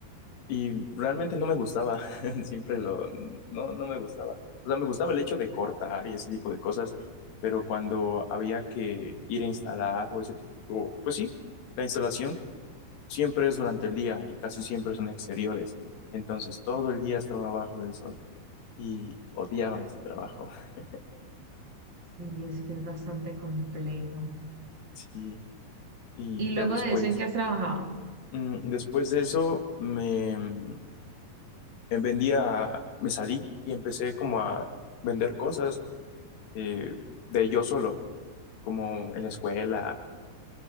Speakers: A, on the left (about 70°); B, on the right (about 35°).
A: y realmente no me gustaba, <laughs> siempre lo, no, no me gustaba. O sea, me gustaba el hecho de cortar y ese tipo de cosas, pero cuando había que ir a instalar o ese tipo, o- pues sí, la instalación siempre es durante el día y casi siempre son exteriores. Entonces todo el día estaba abajo del sol. y odiaba ese trabajo. <laughs>
B: sí, es que es bastante complejo.
A: Sí, y
B: ¿Y luego
A: ya después,
B: de eso en qué has trabajado?
A: mm, después de eso me mm, eh, vendía, me salí y empecé como a vender cosas eh, de yo solo, como en la escuela,